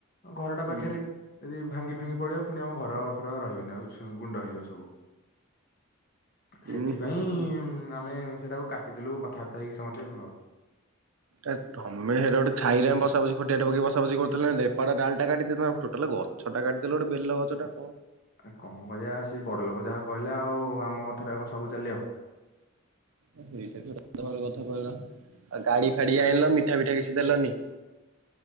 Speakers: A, on the left; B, on the right.
A: ଘର
B: ଉଁ
A: ପାଖେରେ ଯଦି ଭାଙ୍ଗିପ ଭାଙ୍ଗି ପଡିବ ଫୁଣି ଆମ ଘର ଫର ରହିବନି ଆଉ ସୁ ଗୁଣ୍ଡ ହେଇଯିବ ସବୁ। ସେଥିପାଇଁ
B: ଉଁ
A: ଉଁ ଆମେ। ସେଟାକୁ କାଟିଦେଲୁ କଥାବାର୍ତ୍ତା ହେଇକି ସମସ୍ତେ ଆଉ।
B: ଏ ତମେ ହେରା ଗୋଟେ ଛାଇରେ ବସା ବସି ଖଟିଆ ଟେ ପକେଇ ବସା ବସି କରୁଥିଲେ ଦେ ଏପଟ ଡାଳଟା କାଟିଦେଇଥା ଟୋଟାଲ ଗଛ ଟା କାଟି ଦେଲ ଗୋଟେ ବେଲ ଗଛ ଟା।
A: ଆ କଣ କରିଆ ସେ ବଡ ଲୋକ ଯାହା କହିଲା ଆଉ ଆମ କଥାରେ ଆଉ କ ସବୁ ଚାଲିଅ।
B: ହଁ ସେଇଟା ବି ଗୋଟେ ସତ୍ ଘର କଥା କହିଲ ଆଉ ଗାଡି ଗାଡ଼ି ଆଣିଲ ମିଠା ପିଠା କିଛି ଦେଲନି।